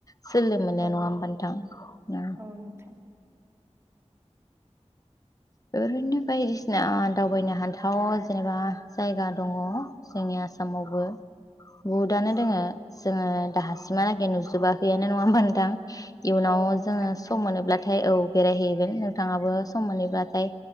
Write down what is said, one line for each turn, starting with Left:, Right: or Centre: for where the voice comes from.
Left: सोलो मोनो
Right: औ
Left: नङा होमबा नोंथां? उम।
Right: औ नोंथां
Left: बेफोरदिनो बायदिसिना दावबायनो हाथाव जेनेबा जायगा दङ जोंनिया आसामावबो। बहुदानो दोङो जोङो दाहासिमानलागै नुजोबाखैयानो नङा होमबा नोंथां? इयुनाव
Right: औ नोंथां
Left: जोङो सम मोनोब्लाथाय औ बेरायहैगोन नोंथाङाबो सम मोनोब्ला थाय